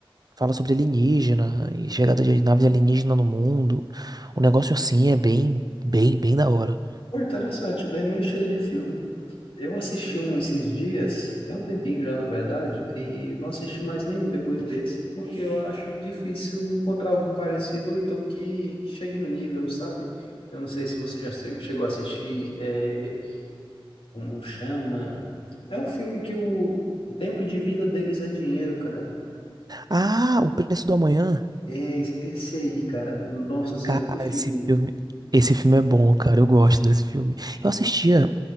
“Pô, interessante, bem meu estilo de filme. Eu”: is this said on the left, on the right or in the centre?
Left